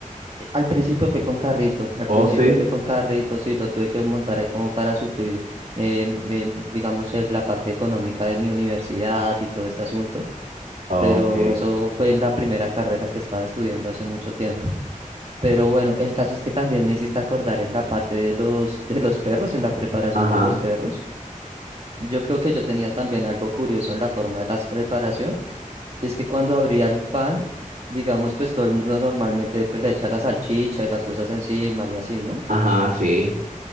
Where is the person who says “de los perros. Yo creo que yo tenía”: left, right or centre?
Right